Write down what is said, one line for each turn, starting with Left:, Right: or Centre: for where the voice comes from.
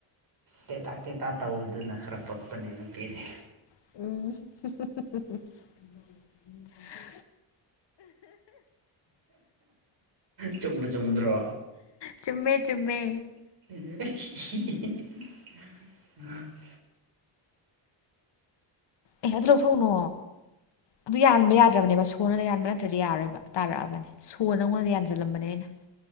Right: ꯇꯦꯇꯥꯛ ꯇꯦꯇꯥꯛ ꯇꯧꯗꯨꯅ ꯈꯔ ꯄꯛꯄꯅꯦ ꯅꯨꯄꯤꯗꯤ
Left: ꯎꯝ
Right: ꯆꯨꯝꯕꯨ ꯆꯨꯝꯗ꯭ꯔꯣ
Left: ꯆꯨꯝꯃꯦ ꯆꯨꯝꯃꯦ
Right: <unintelligible>
Left: ꯑꯦ ꯑꯗꯨ ꯂꯧꯊꯣꯛꯎꯅꯣ ꯑꯗꯨ ꯌꯥꯟꯕ ꯌꯥꯗꯔꯥꯕꯅꯦꯕ ꯁꯨꯔꯅꯌꯥꯟꯕ ꯅꯠꯇ꯭ꯔꯗꯤ ꯌꯥꯔꯣꯏꯕ ꯇꯥꯔꯛꯑꯕꯅꯦ ꯁꯨ ꯅꯪꯉꯣꯟꯗ ꯌꯥꯟꯖꯜꯂꯝꯕꯅꯦ ꯑꯩꯅ